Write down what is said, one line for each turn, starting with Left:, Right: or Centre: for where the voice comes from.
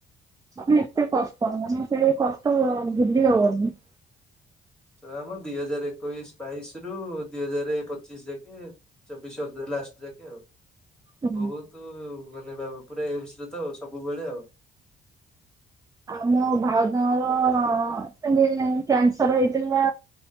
Right: ମାନେଏତେ କଷ୍ଟ ମାନେସେ କଷ୍ଟ ଭୁଲି ହବନି।
Centre: ନାମ ଦି ହଜାର ଏକୋଇଶ ବାଇଶ ରୁ ଦି ହଜାର ପଚିଶ ଯାକେ ଚବିଶ ଅଧେ ଲାଷ୍ଟ। ଯାକେ ଆଉ
Right: ହୁଁ।
Centre: ବହୁତ ମାନେ ବା ପୁରା ଏଇ ବିଷରେ ତ ସବୁବେଳେ ଆଉ।
Right: ଆଉ ମୋ ଭାଉଜଙ୍କର ସେମତି କ୍ୟାନସର ହେଇଥିଲା।